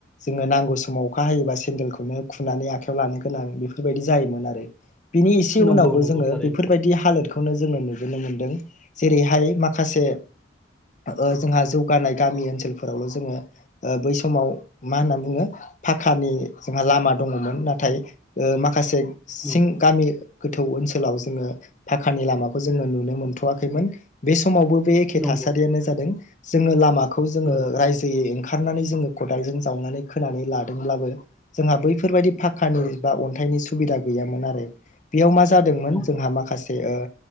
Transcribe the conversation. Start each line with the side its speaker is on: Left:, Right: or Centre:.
Left: जोंनो नांगौ समाव अखा हायोबा सेन्देलखौनो खुनानै आखायाव लानो गोनां बेफोरबाय बिदि जायोमोन आरो। बिनि इसे
Centre: नंगौ
Left: उनावबो
Centre: नंगौ
Left: जोङो
Centre: थारैनो
Left: बेफोरबायदि हालोदखौनो जोङो नुबोनो मोनदों। जेरैहाय माखासे ओ जोंहा जौगानाय गामि ओनसोलफोरावल' जोङो ओ बै समाव मा होनना बुङो फाखानि जोंहा लामा दङमोन नाथाय ओ माखासे सिं
Centre: नंगौ
Left: गामि गोथौ ओनसोलाव जोङो फाखानि लामाखौ जोङो नुनो मोनथ'याखैमोन बे स समावबो बे एखे
Centre: नंगौ
Left: थासारियानो जादों जोङो लामाखौ जोङो
Centre: नंगौ
Left: राइजोयै ओंखारनानै जोङो खदालजों जावनानै खोनानै लादोंब्लाबो जोंहा बैफोरबायदि फाखानि
Centre: औ
Left: बा अन्थाइनि सुबिदा गैयामोन आरो बेयाव मा जा
Centre: नंगौ
Left: जोंहा
Centre: नंगौ
Left: माखासे ओ